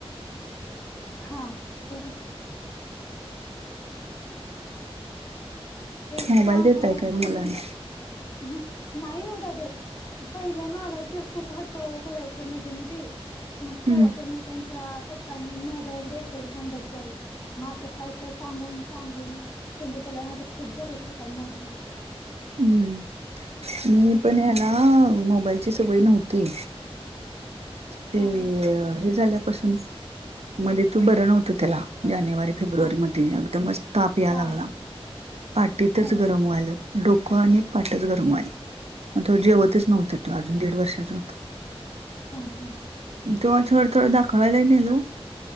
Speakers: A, on the left; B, on the right.
A: हा बोला ए
B: मोबाईल
A: कानला
B: देताय
A: स्कन
B: काय मुलांना
A: नाही उवडा देत पहिले मागायचे खूप ह्ट करायचे मध्ये मध्ये मग
B: हम्म
A: तेव्हापासग त्यांच्या पप्पांनी मोबाईल द्यायेतच बंद केला मग असं काय तर सांगून सांगून संध्या केला नाही तर खूप बघत होता मोबाईल त
B: हम्म मी पण याला मोबाईल सवय नव्हती ते
A: हा हा
B: हे झाल्यापासून मध्ये तू बरं नव्हतं त्याला जानेवारी फेब्रुवारी
A: हा
B: मध्ये एकदमच ताप या
A: हा
B: लागला
A: हा
B: पाटीतच
A: हो
B: गरम व्हायला डोकं आणि पाटच गरमवायले मग तो जेवतच
A: अच्छा
B: नव्हता अजून दीड वर्षाचा होता.
A: हा हम्म.
B: तेव्हा थोड थोड दाखवायलाही नेलो